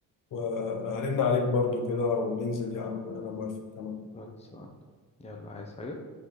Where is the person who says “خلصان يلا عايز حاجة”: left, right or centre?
Left